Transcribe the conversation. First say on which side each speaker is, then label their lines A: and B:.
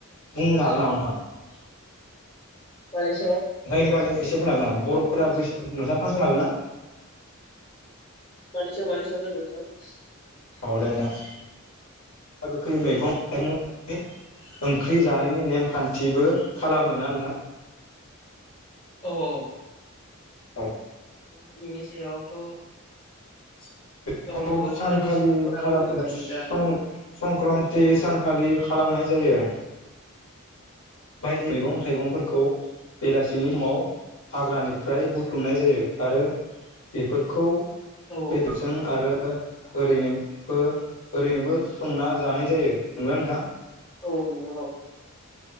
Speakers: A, on the left; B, on the left.
A: बुंनो हागोन नामा नोंथां
B: मानि सायाव
A: नोंथाङा इनि बागैनो एसे बुंनो हागोन नामा बर'फोरा बैसा नोंथाङा खोनासंनो हागोन ना
B: मानि सायाव मानि सायाव होनदों नोंथां
A: औ दे नोंथां गोखा गोखै मैगं <unintelligible> ओंख्रि जानायनि नेमखान्थिबो खालामोना नोंथां?
B: औ औ
A: औ
B: बेनि सायावथ'
A: <unintelligible>
B: औ नोंगौ
A: सानखालि
B: गोदोनि सुबुंफोरा
A: खालाम
B: बुंनाय
A: <unintelligible>
B: बायदिब्ला
A: सं-संक्रान्ति सानखालि खालामनाय जायो बायदि मैगं थाइगंफोरखौ बेलासिनि समाव हाग्रानिफ्राय बुथुमनाय जायो आरो बेफोरखौ
B: औ
A: बेदरजों आरो ओरैनोबो-ओरैनोबो संना जानाय जायो नंगोना नोंथां
B: औ नोंथां औ।